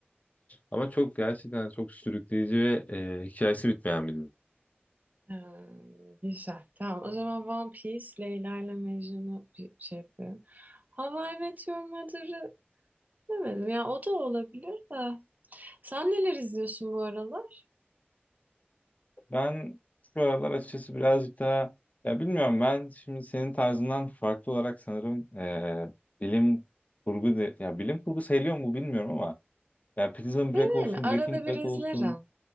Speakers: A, on the left (about 40°); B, on the right (about 45°).
A: Ama çok gerçekten çok sürükleyici ve e, hikayesi bitmeyen bir dizi.
B: Ee, güzel. Tamam o zaman One Piece, Leyla ile Mecnun'u bir şey yapıyorum. How I Met Your Mother'ı demedim. Ya o da olabilir de. Sen neler izliyorsun bu aralar?
A: Ben şu aralar açıkçası birazcık daha ya bilmiyorum ben şimdi senin tarzından farklı olarak sanırım eee, bilim kurgu de, ya bilim kurgu sayılıyor mu bilmiyorum ama ya Prison
B: Öyle
A: Break
B: değil
A: olsun
B: mi? Arada
A: Breaking Bad
B: bir izlerim.
A: olsun